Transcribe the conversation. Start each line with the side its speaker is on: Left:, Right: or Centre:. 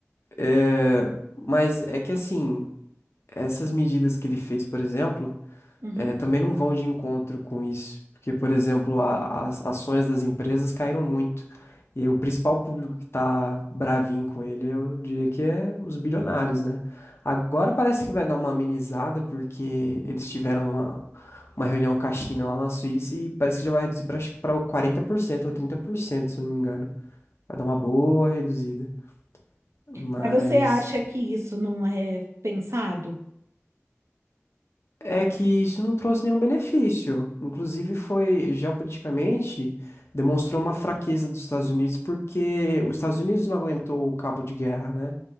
Left: É, mas é que assim, essas medidas que ele fez, por exemplo,
Right: Uhum.
Left: é, também não vão de encontro com isso. Porque, por exemplo, a- as ações das empresas caíram muito. E o principal público que tá bravinho com ele, eu diria que é os bilionários, né? Agora parece que vai dar uma amenizada, porque eles tiveram uma, uma reunião com a China lá na Suíça e parece que já vai reduzir para 40% ou 30% se eu não me engano. Vai dar uma boa reduzida. Mas
Right: Mas você acha que isso não é pensado?
Left: é que isso não trouxe nenhum benefício. Inclusive, foi geopoliticamente demonstrou uma fraqueza dos Estados Unidos, porque os Estados Unidos não aguentou o cabo de guerra, né?